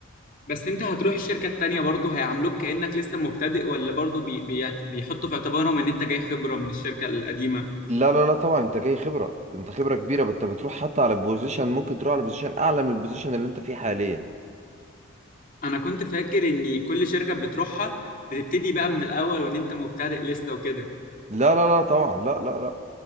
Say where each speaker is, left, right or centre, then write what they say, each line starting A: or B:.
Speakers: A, on the left; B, on the right.
A: بس انت هتروح الشركة التانية برضه هيعاملوك كأنك لسه مبتدئ ولا برضه بي... بي... بيحطوا في اعتبارهم ان انت جاي خبرة من الشركة القديمة
B: لا لا لا طبعا انت جاي خبرة انت خبرة كبيرة انت بتروح حتى على بوزيشن ممكن تروح على بوزيشن اعلى من البوزيشن اللي انت فيه حاليا
A: انا كنت فاكر ان كل شركة بتروحها بتبتدي بقى من الاول وان انت مبتدئ لسه وكده
B: لا لا لا طبعا لا لا لا